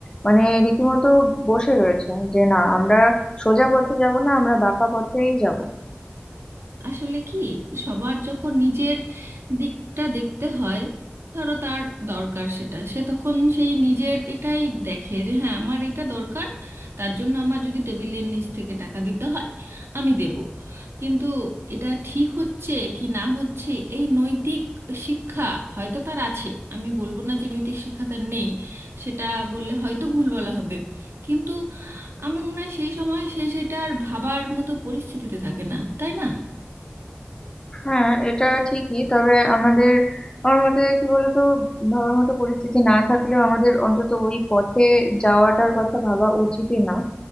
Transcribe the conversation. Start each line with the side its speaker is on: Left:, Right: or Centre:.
Left: মানে রীতিমতো বসে রয়েছে যে না আমরা সোজা পথে যাব না আমরা বাঁকা পথেই যাব
Right: আসলে কি সবার যখন নিজের দিকটা দেখতে হয় ধরো তার দরকার সেটা সে তখন সেই নিজের এটাই দেখে যে হ্যাঁ আমার এটা দরকার তার জন্য আমার যদি টেবিলের নিচ থেকে টাকা দিতে হয় আমি দেব কিন্তু এটা ঠিক হচ্ছে কি না হচ্ছে এই নৈতিক শিক্ষা হয়তো তার আছে আমি বলবো না যে নৈতিক শিক্ষা তার নেই সেটা বললে হয়তো ভুল বলা হবে কিন্তু আমার মনে হয় সেই সময় সে সেটা আর ভাবার মতো পরিস্থিতিতে থাকে না তাই না
Left: হ্যাঁ এটা ঠিকই তবে আমাদের আমার মতে কি বলতো ভাবার মতো পরিস্থিতি না থাকলেও আমাদের অন্তত ওই পথে যাওয়াটার কথা ভাবা উচিতই না